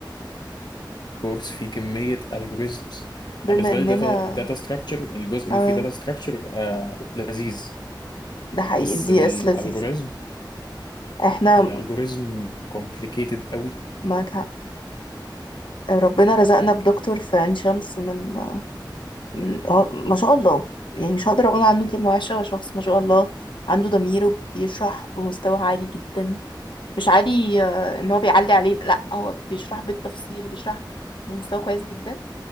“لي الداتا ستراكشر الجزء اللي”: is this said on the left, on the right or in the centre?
Left